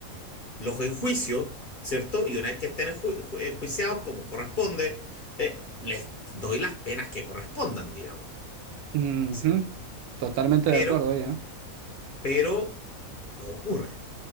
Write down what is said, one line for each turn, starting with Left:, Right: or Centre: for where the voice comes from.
Left: los enjuicio, ¿cierto? Y una vez que estén enju- ju- enjuiciados como corresponde, eh, les doy las penas que correspondan, digamos.
Right: Ujú.
Left: Sí.
Right: Totalmente
Left: Pero,
Right: de acuerdo ahí, ¿eh?
Left: pero no ocurre.